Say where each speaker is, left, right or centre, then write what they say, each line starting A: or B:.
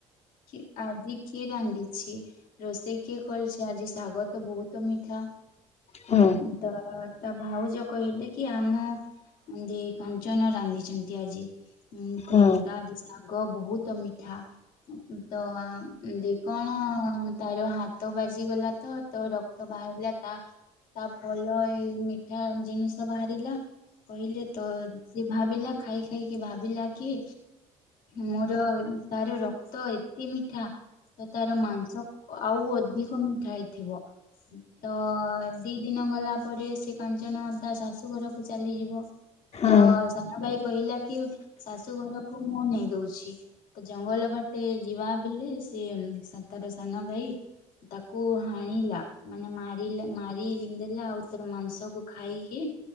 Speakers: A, on the left; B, on the left.
A: କି ଆଜି କିଏ ରାନ୍ଧି ଛି ରୋଷେଇ କିଏ କରିଛି, ଆଜି ଶାଗ ତ ବହୁତ ମିଠା।
B: ହୁଁ।
A: ତା ତା ଭାଉଜ କହିଲେ କି ଆମ ଦେଇ କାଞ୍ଚନ ରାନ୍ଧିଛନ୍ତି ଆଜି। ଉଁ
B: ହୁଁ
A: କହିଲେ
B: ହୁଁ।
A: ତା ଆଜି ଶାଗ ବହୁତ ମିଠା ଉଁ ଉଁ ତ ଆଁ ଉଁ ଉଁ ଯେ କଣ ତାର ହାତ ବାଜିଗଲା ତ ତ ରକ୍ତ ବାହାରିଲା ତା ତା ଫଲ ଏଇ ମିଠା ଜିନିଷ ବାହାରିଲା। କହିଲେ ତ ସିଏ ଭାବିଲା ଖାଇ ଖାଇକି ଭାବିଲା କି ମୋର ତାର ରକ୍ତ ଏତେ ମିଠା। ତ ତାର ମାଂସ ଅ ଆଉ ଅଧିକ ମିଠା ହେଇଥିବ। ତ ଦି ଦିନ ଗଲା ପରେ ସେ କାଞ୍ଚନ ତା ଶାଶୁ ଘରକୁ ଚାଲିଯିବ।
B: ହଁ
A: ତ ସାନ ଭାଇ କହିଲା କି ଶାଶୁ ଘରକୁ ମୁଁ ନେଇ ଦଉଛି। ତ ଜଙ୍ଗଲ ବାଟେ ଯିବା ବେଲେ ସେ ସାତାର ସାନ ଭାଇ ତାକୁ ହାଣିଲା, ମାନେ ମାରିଲା ମାରିି ରିନ୍ଧେଲା ଆଉ ତାର ମାଂସକୁ ଖାଇକି